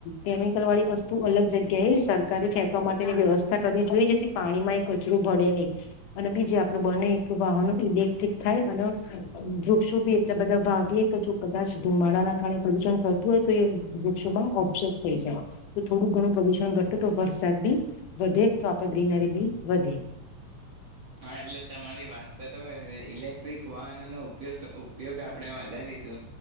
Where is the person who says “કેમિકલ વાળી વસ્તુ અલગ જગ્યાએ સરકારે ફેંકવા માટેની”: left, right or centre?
Left